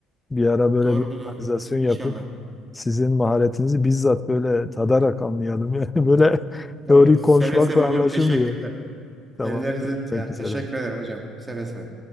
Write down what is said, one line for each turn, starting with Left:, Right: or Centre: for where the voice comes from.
Left: Bir ara böyle
Right: Doğru
Left: bir
Right: doğru.
Left: organizasyon yapıp
Right: İnşallah.
Left: sizin maharetinizi bizzat böyle tadarak anlayalım. <laughs> Yani böyle teorik
Right: Evet, seve
Left: konuşmakla
Right: seve hocam
Left: anlaşılmıyor.
Right: teşekkürler.
Left: Tamam,
Right: Ellerinize
Left: görüşmek
Right: yani
Left: üzere.
Right: teşekkür ederim hocam. Seve seve.